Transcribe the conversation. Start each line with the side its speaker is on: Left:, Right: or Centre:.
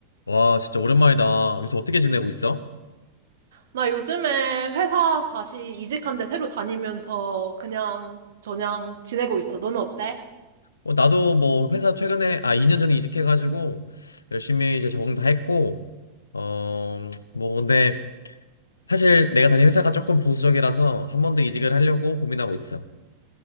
Left: 와, 진짜 오랜만이다. 요새 어떻게 지내고 있어?
Right: 나 요즘에 회사 다시 이직한 데 새로 다니면서 그냥 저냥 지내고 있어. 너는 어때?
Left: 어, 나도 뭐 회사 최근에, 아, 2년 전에 이직해가지고 열심히 이제 적응 다 했고, 어, 뭐 근데 사실 내가 다니는 회사가 조금 보수적이라서 한 번 더 이직을 하려고 고민하고 있어.